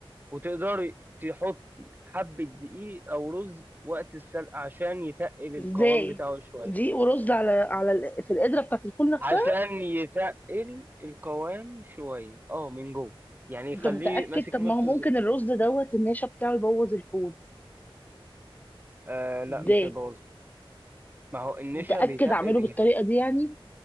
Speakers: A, on the right; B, on the left.
A: وتقدري تحطي حبة دقيق أو رز وقت السلق عشان يتقل
B: ازاي
A: القوام بتاعه شوية
B: دي ورز على على ال- في القدرة بتاعت الفول نفسها
A: عشان يتقل القوام شوية اه من جوه يعني يخليه
B: انت متأكد
A: ماسك
B: طب
A: نفسه
B: ما هو ممكن الرز دوت النشا بتاعه يبوظ الفول
A: آه لا
B: ازاي
A: مش هيبوظ ما هو النشا
B: متأكد
A: بيتق
B: اعمله
A: بيخ
B: بالطريقة دي يعني